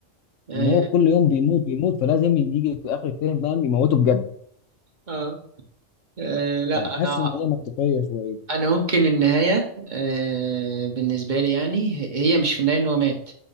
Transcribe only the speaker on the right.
آه،
اه آه لا
انا
انا ممكن النهايه آه، بالنسبه لي يعني ه- هي مش في النهايه ان هو مات